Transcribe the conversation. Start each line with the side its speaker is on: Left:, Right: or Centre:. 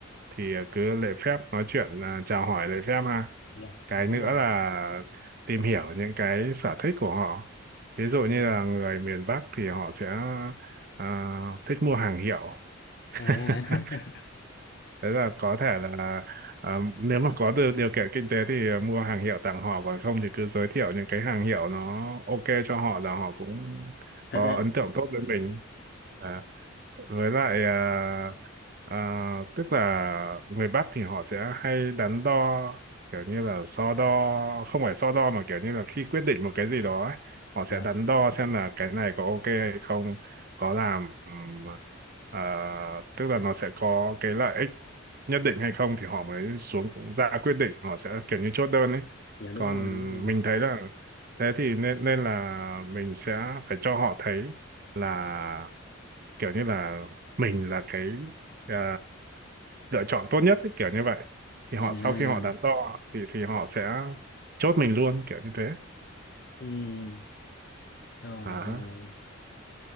Right: thì à, cứ lễ phép nói chuyện à, chào hỏi lễ phép ha
Left: dạ
Right: cái
Left: dạ đúng
Right: nữa
Left: rồi
Right: là tìm hiểu những cái sở thích của họ ví dụ
Left: em
Right: như
Left: ơi
Right: là người miền Bắc thì họ sẽ à, thích mua hàng hiệu <laughs>
Left: à, <laughs>
Right: thế là có thể là à, nếu mà có được điều kiện kinh tế thì à, mua hàng hiệu tặng họ còn không thì cứ giới thiệu những cái hàng hiệu nó ok cho họ là họ cũng có
Left: thật ra
Right: ấn tượng tốt với mình À, với lại à, à, tức là người Bắc thì họ sẽ hay đắn đo kiểu như là so đo không phải so đo mà kiểu như là khi quyết định một cái gì đó ấy, họ sẽ
Left: dạ
Right: đắn đo xem là cái này có ok hay không có làm ừm, à, tức là nó sẽ có cái lợi ích nhất định hay không thì họ mới xuống ra quyết định họ sẽ kiểu như chốt đơn ấy
Left: dạ đúng
Right: còn
Left: rồi đúng rồi
Right: mình thấy là thế thì nên nên là mình sẽ phải cho họ thấy là kiểu như là mình là cái à, lựa chọn tốt nhất ấy, kiểu như vậy thì họ
Left: à
Right: sau khi họ đắn đo thì thì họ sẽ chốt mình luôn kiểu như thế
Left: ừ. rồi
Right: à
Left: rồi